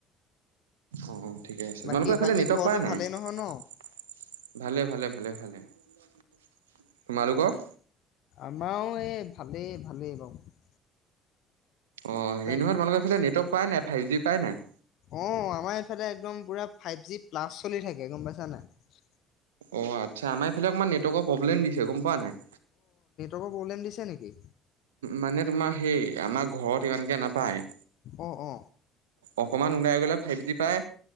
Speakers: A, on the right; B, on the left.
A: অহ ঠিকে আছে
B: বাকী
A: তোমালোকৰ ফালে
B: বাকী
A: নেটৱৰ্ক
B: ঘৰতো
A: পায় নাই
B: ভালেই নহয় ন?
A: ভালে ভালে ভালে ভালে তোমালোকৰ
B: আমাৰো এই ভালেই ভালেই বাৰু
A: অ হেৰি
B: তাক
A: নহয় তোমালোকৰ এইফালে নেটৱৰ্ক পাই নাই ফাইভ জি পাই নাই
B: অ আমাৰ এইফালে একদম পুৰা ফাইভ জি প্লাছ চলি থাকে গম পাইছা নাই
A: অ আচ্ছা আমাৰ এইফালে অকমান নেটৱৰ্কৰ প্ৰব্লেম দিছে গম পোৱা নাই
B: অ প্ৰব্লেম দিছে নেকি
A: মানে তোমাৰ সেই আমাৰ ঘৰত ইমানকে নাপায়
B: অ অ
A: অকমান ওলাই গ'লে ফাইভ জি পায়